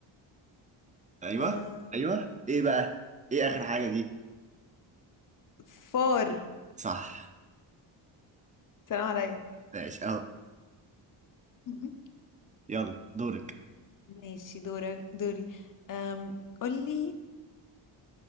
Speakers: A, on the right (about 20°); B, on the left (about 45°).
A: ايوه
B: و-
A: ايوه ايه بقى ايه اخر حاجه دي
B: فار
A: صح
B: سلام عليا
A: ماشي اهو
B: <laughs>
A: يلا دورك
B: ماشي دورك دوري أم قولي